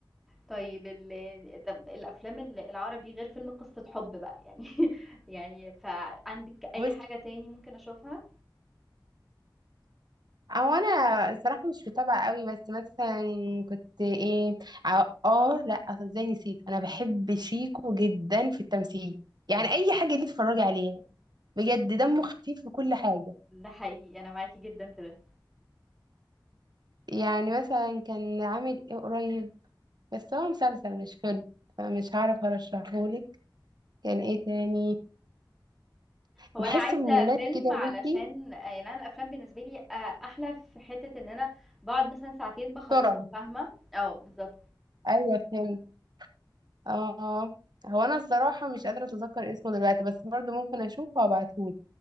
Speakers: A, in the centre; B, on the right.
A: طيب ال طب الأفلام ال العربي غير فيلم قصة حب بقى يعني <laughs> يعني فعندِك أي
B: بص
A: حاجة تاني ممكن أشوفها؟
B: او انا صراحة مش متابعة قوي بس مثلا كنت ايه ع- اه لا أصل ازاي نسيت انا بحب شيكو جدا في التمثيل يعني اي حاجة اللي اتفرجي عليها بجد دمه خفيف في كل حاجة
A: ده حقيقي أنا معاكِ جدًا في ده.
B: يعني مثلا كان عامل ايه قريب بس هو مسلسل مش فيلم فمش هعرف ارشحهولك كان ايه تاني
A: إمم. هو
B: بحسه
A: أنا عايزة
B: من الناس
A: فيلم
B: كده يا
A: علشان
B: بنتي
A: يعني أنا الأفلام بالنسبة لي أ أحلى في حتة إن أنا باقعد مثلًا ساعتين باخلّصه
B: بسرعة
A: فاهمة؟ آه بالضبط.
B: ايوه فهمت اه هو انا الصراحة مش قادرة اتذكر اسمه دلوقتي بس برضو ممكن اشوفه وابعتهولك